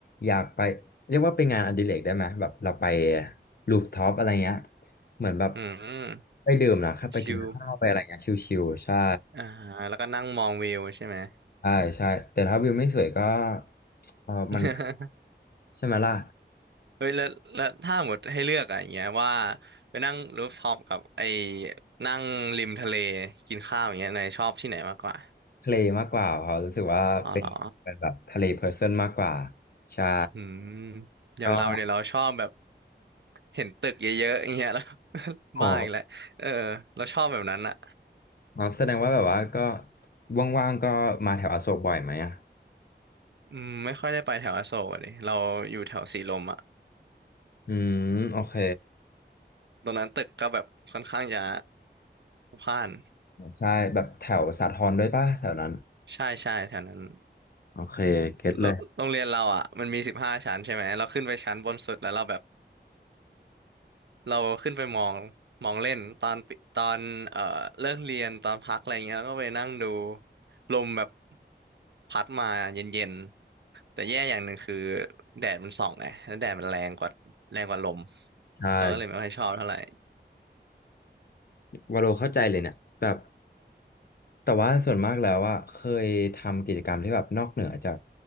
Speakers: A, on the left; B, on the right.
A: อยากไปเรียกว่าเป็นงานอดิเรกได้ไหมแบบเราไปรูฟท็อปอะไรเงี้ยเหมือนแบบ
B: อืม
A: ไปดื่มนะครับไปกินข้าวไปอะไรเงี้ยชิวๆใช่
B: ชิลอ่าแล้วก็นั่งมองวิวใช่ไหม
A: ใช่ใช่แต่ถ้าวิวไม่สวยก็เออมัน
B: <laughs>
A: ใช่ไหมล่ะ
B: เฮ้ยแล้วแล้วถ้าหมดให้เลือกอะอย่างเงี้ยว่าไปนั่งรูฟท็อปกับไอ้นั่งริมทะเลกินข้าวอย่างเงี้ยนายชอบที่ไหนมากกว่า
A: ทะเลมากกว่าเขาะรู้สึกว่าเป็นเป็นแบบทะเลเพอร์เซนต์มากกว่า
B: อ๋อเหรอ
A: ใช่
B: อืมอย่างเราเนี่ยเราชอบแบบ
A: ก็
B: เห็นตึกเยอะๆอย่างเงี้ยแล้ว <laughs>
A: อ๋อ
B: บ้าอีกแล้วเออเราชอบแบบนั้นอะ
A: อ๋อแสดงว่าแบบว่าก็ว่างๆก็มาแถวอโศกบ่อยไหมอ่ะ
B: อืมไม่ค่อยได้ไปแถวอโศกอะดิเราอยู่แถวสีลมอะ
A: อืมโอเค
B: ตรงนั้นตึกก็แบบค่อนข้างจะพลุกพล่าน
A: ใช่แบบแถวสาทรด้วยป่ะแถวนั้น
B: ใช่ใช่แถวนั้น
A: โอเคเก็ตเลย
B: โรโรงเรียนเราอ่ะมันมีสิบห้าชั้นใช่ไหมเราขึ้นไปชั้นบนสุดแล้วเราแบบ เราขึ้นไปมองมองเล่น ตอนปิตอนเอ่อเลิกเรียน ตอนพักอะไรเงี้ยก็ไปนั่งดูลมแบบพัดมาเย็นๆ แต่แย่อย่างหนึ่งคือแดดมันส่องไงแล้วแดดมันแรงกว่าแรงกว่าลม
A: ใช่
B: เราก็เลยไม่ค่อยชอบเท่าไหร่
A: วาโลเข้าใจเลยเนี่ยแบบ แต่ว่าส่วนมากแล้วอะเคยทำกิจกรรมที่แบบนอกเหนือจาก